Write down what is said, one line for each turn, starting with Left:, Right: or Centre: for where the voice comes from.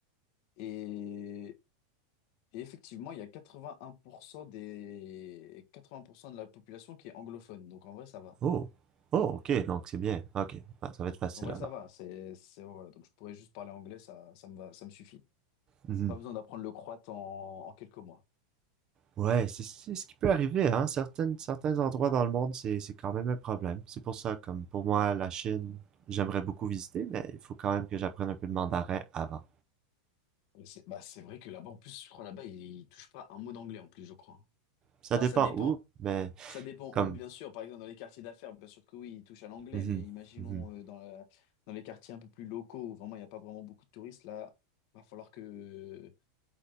Left: et, et effectivement, il y a 81% des 80% de la population qui est anglophone. Donc en vrai, ça va.
Right: Oh, oh, ok, donc c'est bien. Ok, Ah, ça va être facile
Left: Donc, en vrai,
Right: alors.
Left: ça va, c'est c'est voilà, donc je pourrais juste parler anglais, ça ça me va, ça me suffit.
Right: Mhm.
Left: Pas besoin d'apprendre le croate en, en quelques mois.
Right: Ouais, c'est c'est ce qui peut arriver, hein. Certaines, certains endroits dans le monde, c'est c'est quand même un problème. C'est pour ça, comme pour moi, la Chine, j'aimerais beaucoup visiter, mais il faut quand même que j'apprenne un peu de mandarin avant.
Left: Et C'est bah c'est vrai que là-bas en plus, je crois là-bas, ils, ils touchent pas un mot d'anglais en plus, je crois.
Right: Ça
Left: Enfin,
Right: dépend
Left: ça dépend.
Right: où, mais
Left: Ça dépend
Right: comme.
Left: où, bien sûr. Par exemple, dans les quartiers d'affaires, bien sûr que oui, ils touchent à l'anglais,
Right: Mhm,
Left: mais imaginons
Right: mhm.
Left: euh, dans la- dans les quartiers un peu plus locaux où vraiment il n'y a pas vraiment beaucoup de touristes, là, va falloir que,